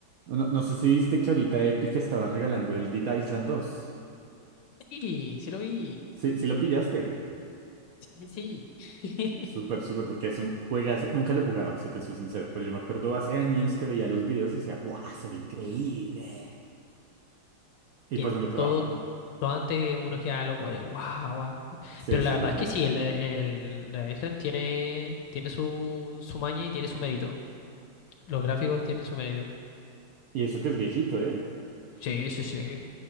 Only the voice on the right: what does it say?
No, no no sé si viste que ahorita Epic estaba regalando el Dead Island dos
Sí, sí lo pillaste.
Súper, súper, porque es un juegazo. Nunca lo he jugado, si te soy sincero, pero yo me acuerdo hace años que veía los videos y decía, ¡buah, se ve increíble!
Y
pues no lo he probado.
bueno,
Sí,
eso
es
verdad.
Y eso que es viejito, ¿eh?